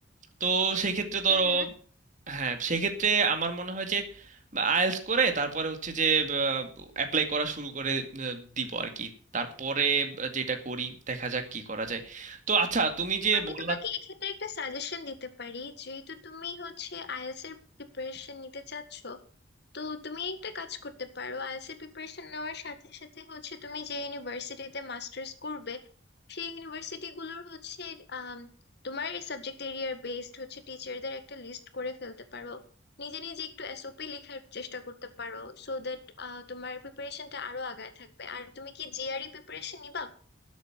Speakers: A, on the right; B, on the left.
A: তো সেক্ষেত্রে ধরো
B: হুম হুম
A: হ্যাঁ সেক্ষেত্রে আমার মনে হয় যে আইএলটিএস করে তারপরে হচ্ছে যে অ্যাপ্লাই করা শুরু করে আহ, দিব আর কি তারপরে যেটা করি দেখা যাক কি করা যায় তো আচ্ছা তুমি যে
B: আমি
A: বললা
B: তোমাকে এক্ষেত্রে একটা সাজেশন দিতে পারি যেহেতু তুমি হচ্ছে আইএলটিএস এর প্রিপারেশন নিতে চাচ্ছ তো তুমি একটা কাজ করতে পারো আইএলটিএস এর প্রিপারেশন নেওয়ার সাথে সাথে হচ্ছে তুমি যে ইউনিভার্সিটিতে মাস্টার্স করবে সেই ইউনিভার্সিটি গুলোর হচ্ছে আম, তোমার সাবজেক্ট এরিয়ার বেসড হচ্ছে টিচারদের একটা লিস্ট করে ফেলতে পারো নিজে নিজে একটু এসওপি লেখার চেষ্টা করতে পারো সো দ্যাট তোমার প্রিপারেশনটা আরো আগায় থাকবে আর তুমি কি জিআরই প্রিপারেশন নিবা